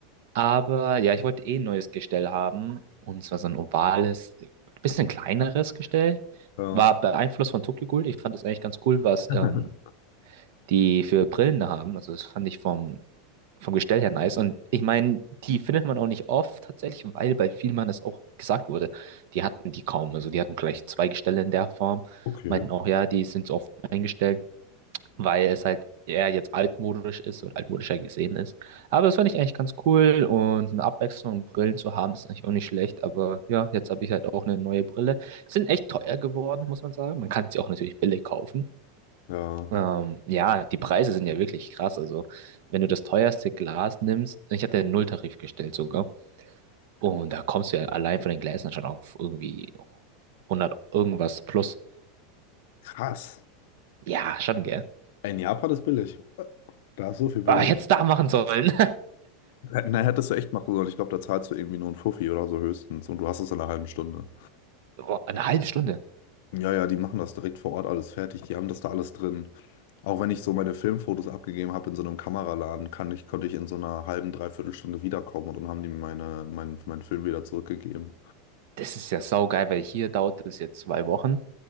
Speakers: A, on the right; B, on the left.
A: Aber ja, ich wollte eh ein neues Gestell haben. Und zwar so ein ovales, bisschen kleineres Gestell.
B: ja.
A: War beeinflusst von Tokyo Ghoul. Ich fand das eigentlich ganz cool, was
B: <laughs>
A: ähm, die für Brillen da haben. Also das fand ich vom, vom Gestell her nice. Und ich meine, die findet man auch nicht oft tatsächlich, weil bei Vielmann es auch gesagt wurde. Die hatten die kaum. Also die hatten gleich zwei Gestelle in der Form.
B: Okay,
A: Meinten auch, ja, die sind so oft eingestellt weil es halt eher jetzt altmodisch ist und altmodischer gesehen ist. Aber das fand ich eigentlich ganz cool und eine Abwechslung und Brillen zu haben ist eigentlich auch nicht schlecht. Aber ja, jetzt habe ich halt auch eine neue Brille. Sind echt teuer geworden, muss man sagen. Man kann sie auch natürlich billig kaufen.
B: ja.
A: Ähm, ja, die Preise sind ja wirklich krass. Also, wenn du das teuerste Glas nimmst, ich hatte einen Nulltarif gestellt sogar. Und da kommst du ja allein von den Gläsern schon auf irgendwie 100 irgendwas plus.
B: Krass.
A: Ja, schon, gell?
B: In Japan ist billig. Da ist so viel billig.
A: Ah, ich hätte es da machen sollen.
B: Na, hättest du echt machen sollen. Ich glaube, da zahlst du irgendwie nur einen Fuffi oder so höchstens und du hast es in einer halben Stunde.
A: <laughs> Boah, eine halbe Stunde.
B: Ja, ja, die machen das direkt vor Ort alles fertig. Die haben das da alles drin. Auch wenn ich so meine Filmfotos abgegeben habe in so einem Kameraladen, kann ich, konnte ich in so einer halben, dreiviertel Stunde wiederkommen und dann haben die mir meine, mein, meinen Film wieder zurückgegeben.
A: Das ist ja saugeil, weil hier dauert es jetzt zwei Wochen,